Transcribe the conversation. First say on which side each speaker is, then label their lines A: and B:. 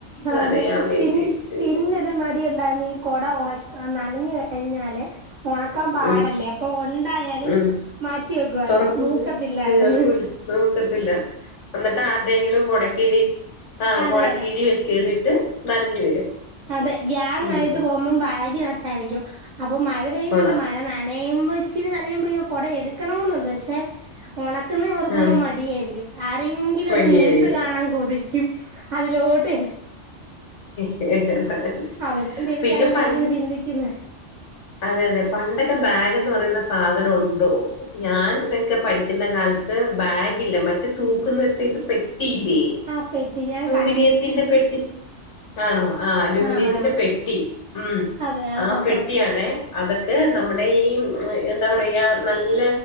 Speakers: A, on the right (about 55°); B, on the left (about 75°).
A: ആഹ്
B: നനയാൻ
A: അതെ
B: വേണ്ടിട്ട്
A: പിൻ പിൻ ന്നൊരു മടി ഇണ്ടായിരുന്ന് ഈ കൊട ഒണക്കാ നനഞ്ഞ് കഴിഞ്ഞാല് ഉണക്കാൻ പാടല്ലേ
B: ഉം
A: അപ്പൊ ഒണ്ടായാലും
B: ഉം
A: മാറ്റി വെക്കുവായിര്ന്ന്
B: തുറക്കൂല
A: നൂക്കത്തില്ലായിര്ന്ന്
B: നീർക്കൂല നോക്കത്തില്ല എന്നിട്ട് ആര്ടെങ്കിലും കൊടക്കിഴി ആഹ്
A: അതെ
B: കൊടക്കിഴീ
A: അതെ
B: കേറിയിട്ട് നനഞ്ഞ് വരും
A: അതെ ഗ്യാങ്ങായിട്ട്
B: ഉം
A: പോവുംമ്പം ബാഗി നകത്തായിരിക്കും അപ്പൊ മഴ പെയ്യ്
B: കൊട
A: ന്ന് ണ്ട് മഴ ന നെയുമ്പോ ഇച്ചിരി നനയുമ്പൊയോ കൊട എട്ക്കണോന്നുണ്ട് പക്ഷെ ഒണക്കന്നെ ഓർക്കുമ്പോ
B: ആഹ്
A: മടിയായിരിക്കും ആരെങ്കിലും
B: മടിയായിരിക്കും
A: ഒന്ന് നൂത്ത് കാണാം കൊതിക്കും അതിലോട്ട്
B: ഏഹ്
A: അവരും തിരിച്ചങ്ങനെ
B: പിന്നെ പണ്ട്
A: ആയിരിക്കും ചിന്തിക്കുന്നെ
B: അതെ യതെ പണ്ടൊക്കെ ബാഗ് ന്ന് പറയുന്ന സാധനം ഉണ്ടോ ഞാനൊക്കെ പഠിക്കുന്ന കാലത്ത് ത് ബാഗില്ല മറ്റെ തൂക്കുന്ന ഒരു സൈസ് പെട്ടിയില്ലേ
A: ആഹ് പെട്ടി ഞാൻ കൺ
B: അലുമിനിയത്തിന്റെ പെട്ടി ആണോ ആഹ് അലൂമിനിയത്തിന്റെ
A: ആണോ
B: പെട്ടി ഉം
A: അതെ ആ
B: ആഹ്
A: ഹാ
B: പെട്ടിയാണെ
A: ഹാ
B: അതൊക്കെ നമ്മടെ ടെയും എന്താ പറയാ നല്ല